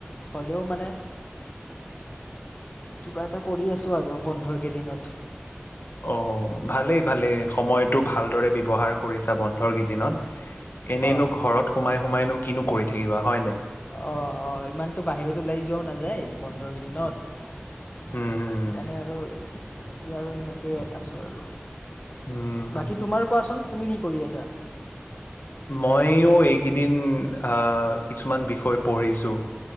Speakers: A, on the left; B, on the left.
A: হলেও মানে কিবা এটা কৰি আছো আৰু বন্ধৰ কেইদিনত
B: অ ভালেই ভালেই সময়টো ভালদৰে ব্যৱহাৰ কৰিছা বন্ধৰ কেইদিনত এনেইনো
A: অঁ
B: ঘৰত সোমাই সোমাইনো কিনো কৰি থাকিবা হয় নাই।
A: অ অ ইমানতো বাহিৰত ওলাই যোৱাও নাই যায় বন্ধৰ কেইদিনত
B: হুম হুম
A: সেইকাৰণে আৰু এতিয়া আৰু এনেকৈ আছোঁ আৰু
B: হুম।
A: বাকী তোমাৰ কোৱাচোন? তুমি কি কৰি আছা
B: মইও এইকেইদিন আহ কিছুমান বিষয় পঢ়িছো